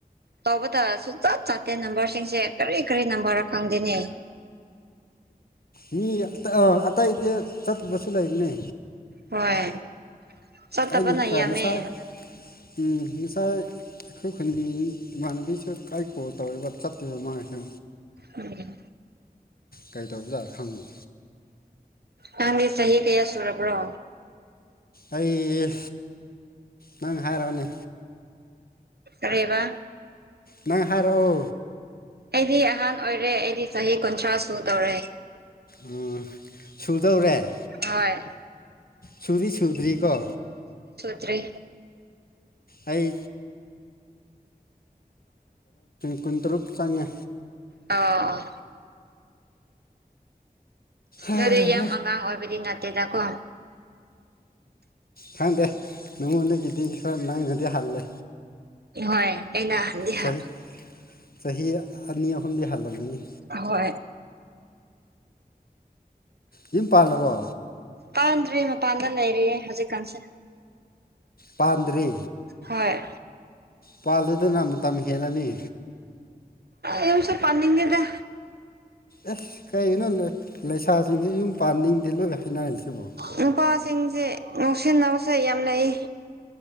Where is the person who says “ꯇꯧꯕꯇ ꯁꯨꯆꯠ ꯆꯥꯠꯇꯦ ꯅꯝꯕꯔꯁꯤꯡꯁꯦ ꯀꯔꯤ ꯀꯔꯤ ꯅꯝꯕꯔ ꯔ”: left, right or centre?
Right